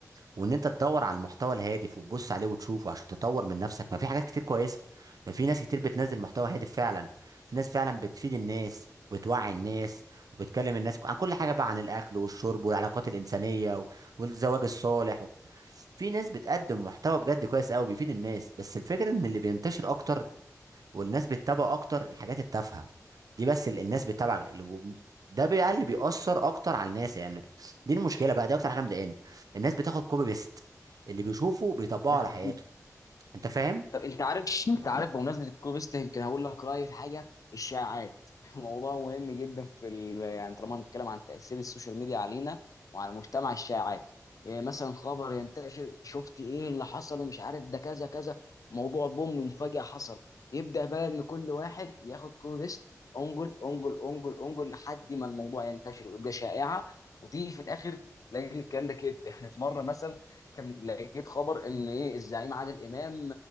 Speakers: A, on the right; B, on the left.
A: وان انت تدور على المحتوى الهادف وتبص عليه وتشوفه عشان تطور من نفسك ما في حاجات كتير كويسه ما في ناس كتير بتنزل محتوى هادف فعلا في ناس فعلا بتفيد الناس وبتوعي الناس وبتكلم الناس عن كل حاجه بقى عن الاكل والشرب والعلاقات الانسانيه و- والزواج الصالح و... في ناس بتقدم محتوى بجد كويس قوي بيفيد الناس بس الفكره ان اللي بينتشر اكتر والناس بتتابع اكتر الحاجات التافهه دي بس ال- الناس بتتابع ال- و- ده بقى اللي بيأثر اكتر على الناس يعني دي المشكله بقى دي اكتر حاجه مضايقاني الناس بتاخد كوبي بيست اللي بيشوفه بيطبقه
B: ده
A: على حياته انت فاهم
B: طب انت عارف انت عارف بمناسبه الكوبيست يمكن هقول لك رايي في حاجه الشائعات <laughs> موضوع مهم جدا في ال... يعني طالما هنتكلم عن تاثير السوشيال ميديا علينا وعلى المجتمع الشائعات يعني مثلا خبر ينتشر شفت ايه اللي حصل ومش عارف ده كذا كذا موضوع بوم مفاجاه حصل يبدا بقى ان كل واحد ياخد كوبيست انجل انجل انجل انجل لحد ما الموضوع ينتشر ويبقى شائعه وتيجي في الاخر تلاقي إن الكلام ده كده <laughs> احنا في مره مثلا كان لقيت خبر ان ايه الزعيم عادل امام